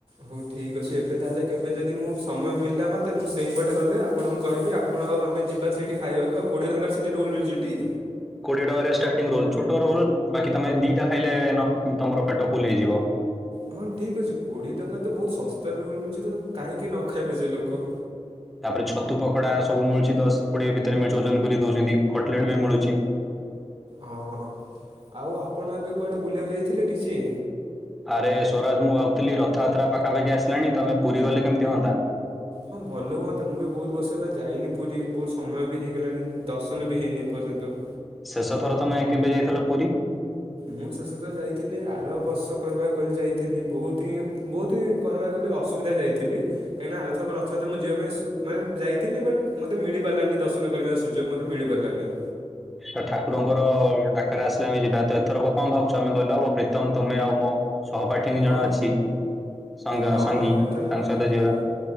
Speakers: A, on the right; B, in the centre.
A: ହଉ ଠିକ୍ ଅଛି ଏବେ ତାହେଲେ କେବେ ଯଦି ମୁଁ ସମୟ ମିଳିଲା ମୋତେ ମୁଁ ସେଇପଟେ ଗଲେ ଆପଣଙ୍କୁ କହିବି ଆ ଆପଣ ଆଉ ଆମେ ଯିବା ସେଇଠି ଖାଇବାକୁ ଆଉ କୋଡ଼ିଏ ଟଙ୍କାରେ ସେଇଠି ରୋଲ ମିଳୁଛି ଟି।
B: କୋଡିଏ ଟଙ୍କାରେ ଷ୍ଟାର୍ଟି ରୋଲ ଛୋଟ ରୋଲ ବାକି ତମେ ଦିଟା ଖାଇଲେ ଏନଫ ତମର ପେଟ ଫୁଲ ହେଇଯିବ।
A: ହଁ ଠିକ୍ ଅଛି କୋଡ଼ିଏ ଟଙ୍କା ତ ବହୁତ ଶସ୍ତାରେ ରୋଲ ମିଳୁଛି ତ କାହିଁକି ନ ଖାଇବେ ଯେ ଲୋକ।
B: ତାପରେ ଛତୁ ପକୋଡା ସବୁ ମିଳୁଛି ଦଶ କୋଡ଼ିଏ ଭିତରେ ମି ଯୋଜନ କରି ଦଉଛନ୍ତି କଟଲେଟ୍ ବି ମିଳୁଛି।
A: ହଁ ଆଉ ଆପଣ ଏବେ କୁଆଡ଼େ ବୁଲିବାକୁ ଯାଇଥିଲେ କିଛି।
B: ଆରେ ସ୍ୱରାଜ ମୁଁ ଭାବୁଥିଲି ରଥଯାତ୍ରା ପାଖାପାଖି ଆସିଲାଣି ତ ଆମେ ପୁରୀ ଗଲେ କେମିତି ହୁଅନ୍ତା।
A: ହଁ ଭଲ ହୁଅନ୍ତା ମୁଁ ବି ବହୁତ ବର୍ଷ ହେଲା ଯାଇନି ପୁରୀ ବହୁତ ସମୟ ବି ହେଇଗଲାଣି ଦର୍ଶନ ବି ହେଇନି ଏପର୍ଯ୍ୟନ୍ତ।
B: ଶେଷ ଥର ତମେ କେବେ ଯାଇଥିଲ ପୁରୀ?
A: ମୁଁ ଶେଷ ତ ଯାଇଥିଲି ଆର ବର୍ଷ କହିବାକୁ ଗଲି ଯାଇଥିଲି ବହୁତ ହିଁ ବହୁତ ହି କହିବାକୁ ଗଲେ ଅସୁବିଧା ଯାଇଥିଲି। କାହିଁକି ଆରଥରକ ରଥଯାତ୍ରା ମୁଁ ଯିବା ପାଇଁ ମାନେ ଯାଇଥିଲି ବଟ୍ ମତେ ମିଳି ପାରିଲାନି ଦର୍ଶନ କରିବା ସୁଯୋଗ ମତେ ମିଳିିପାରିଲାନି।
B: ତ ଠାକୁରଙ୍କର ଡାକରେ ଆସିଲେ ଆମେ ଯିବା ତ ଏଥରକ କଣ ଭାବଛୁ ଆମେ ଗଲେ ହବ ପ୍ରୀତମ ତୁମେ ଆଉ ମୁଁ। ସହପାଠିନୀ
A: ହଁ
B: ଜଣେ ଅଛି ସ
A: ହଁ
B: ସଙ୍ଗୀ
A: ହଁ ଏଥର
B: ତାଙ୍କ ସହିତ ଯିବା।